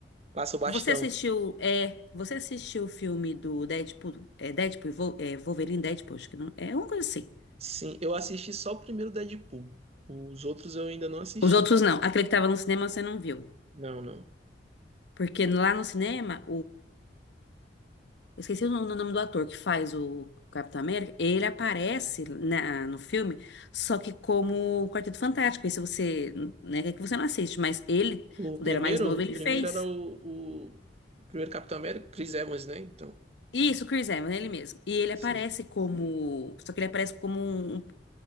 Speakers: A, on the right; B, on the left.
A: passa o bastão.
B: Você assistiu, é, você assistiu o filme do Deadpool, é, Deadpool, e Vol- é, Wolverine Deadpool, acho que não, é uma coisa assim.
A: Sim, eu assisti só o primeiro Deadpool. Os outros eu ainda não assisti.
B: Os outros não. Aquele que tava no cinema você não viu.
A: Não, não.
B: Porque lá no cinema, Eu esqueci o no- o nome do ator que faz o Capitão América. Ele aparece na- no filme, só que como o Quarteto Fantástico. Esse você, né, que você não assiste, mas ele,
A: O
B: quando
A: primeiro,
B: era mais novo, ele
A: o
B: Chris
A: primeiro
B: fez.
A: era o, o primeiro Capitão América, Chris Evans, né? Então,
B: Isso, o Chris Evans, ele mesmo. E ele
A: sim.
B: aparece como. Só que ele aparece como um, um,